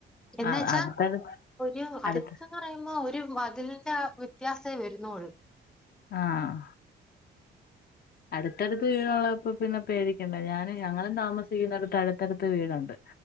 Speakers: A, in the centre; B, on the left (about 50°).
A: എന്ന്
B: ആഹ്
A: വെച്ചാ
B: അടുത്തടു
A: ഒരു
B: അടുത്ത്
A: അടുത്ത പറയുമ്പോ ഒരു മതിലിന്റെ ആ വ്യത്യാസെ വരുന്നോള്ളു
B: ആഹ് അടുത്തടുത്ത് വീടുള്ളപ്പോ പിന്നെ പേടിക്കണ്ട ഞാൻ ഞങ്ങളും താമസിക്കുന്നടുത്ത് അടുത്തടുത്ത് വീടൊണ്ട്